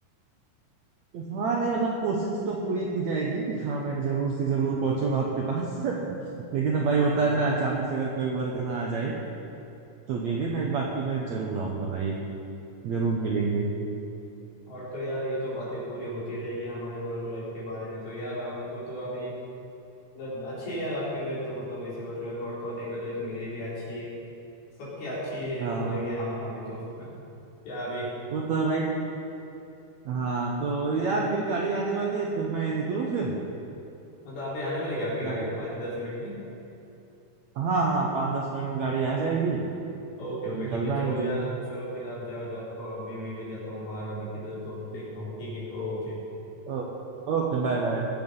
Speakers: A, on the right (about 70°); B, on the left (about 70°).
A: हाँ नहीं मतलब कोशिश तो पूरी की जाएगी कि हाँ मैं जरूर से जरूर पहुंचूंगा आपके पास <laughs> लेकिन अब भाई
B: हाँ
A: होता
B: हाँ
A: है
B: हाँ
A: ना अचानक से अगर कोई वर्क ना आ जाए तो के लिए मैं बाकी मैं जरूर आऊंगा भाई जरूर मिलेंगे
B: और तो यार ये तो बातें पूरी होती रहेगी हमारे वर्क लाइफ के बारे में तो यार आपको तो अभी मतलब अच्छी है यार आपकी भी तो मतलब वैसी वर्क लाइफ और तो और देखा जाए तो मेरी भी अच्छी है सबकी अच्छी है
A: हाँ
B: बोलेंगे हम अभी तो <laughs> क्या अभी
A: वो तो है भाई हाँ तो यार मेरी गाड़ी आने वाली है फिर मैं निकलूँ फिर
B: मतलब अभी आने वाली है क्या आपकी
A: क्या
B: गाड़ी
A: कहते
B: पाँच दस मिनट में
A: हाँ हाँ पाँच दस मिनट में गाड़ी आ जाएगी
B: ओके
A: तो
B: ओके
A: निकलना
B: ठीक है चलो
A: है मुझे
B: यार चलो फिर आप जाओ जाओ आपको अभी मैं भी जाता हूँ बाहर अभी किधर तो देखता हूँ ठीक है ओके
A: Oh, okay bye bye